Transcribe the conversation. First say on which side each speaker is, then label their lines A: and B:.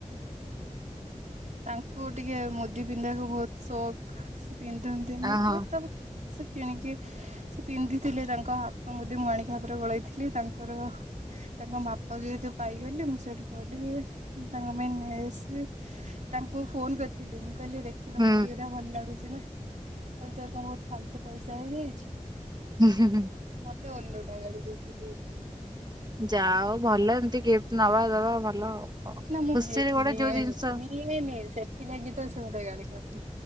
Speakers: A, on the right; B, on the right.
A: ତାଙ୍କୁ ଟିକେ ମୁଦି ପିନ୍ଧିବାକୁ ବହୁତ ସୌକ ପିନ୍ଧନ୍ତି ନା
B: ଆ ହଁ।
A: ସେ କିଣିଚି ସେ ପିନ୍ଧିଥିଲେ ତାଙ୍କ ହାତ ମୁଦି ମୁଁ ଆଣିକି ହାତରେ ଗୋଳେଇଥିଲି ତାଙ୍କର ତାଙ୍କ ମାପ ଯେହେତୁ ପାଇଗଲି ମୁଁ ସେଇଠୁ କହିଲି ତାଙ୍କ ପାଇଁ ନେଇଆସିଲି ତାଙ୍କୁ ଫୋନ କରିଥିଲି ମୁଁ କହିଲେ ଦେଖିଲ
B: ହୁଁ
A: ମୁଦି ଗୁଡ଼ା ଭଲ ଲାଗୁଛିି ନା ହେଲେ ତୋର କଣ ବହୁତ ଫାଲତୁ ପଇସା ହେଇଯାଇଛି
B: ହୁଁ ହୁଁ ହୁଁ
A: ମତେ ଓଲୋଟା ଗାଳି ଦେଉଛି
B: ଯା ଆଉ ଭଲ ଏମିତି ଗିଫ୍ଟ ନବା ଦବା ଭଲ ଆଉ କଣ।
A: ନା ମୁଁ
B: ଖୁସିରେ
A: ଗିଫ୍ଟ
B: ଗୋଟେ
A: ନିଏନି
B: ଯୋଉ ଜିନିଷ
A: ନିଏନି ସେ ସେଥିଲା ଗୀ ତ ସେତେ ଗାଳି କର